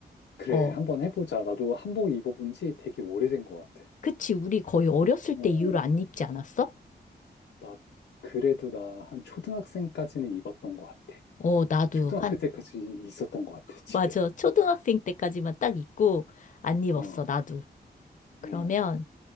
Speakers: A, on the left; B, on the left.
A: 그래,
B: 어,
A: 한번 해보자. 나도 한복 입어본 지 되게 오래된 것 같아.
B: 그치. 우리 거의 어렸을
A: 어,
B: 때 이후로 안 입지 않았어?
A: 나, 그래도 나 한 초등학생까지는 입었던 것 같아.
B: 어, 나도
A: 초등학교
B: 한,
A: 때까지 있었던 것 같아, 집에.
B: 맞아. 초등학생 때까지만 딱 입고 안 입었어,
A: 어,
B: 나도.
A: 어,
B: 그러면,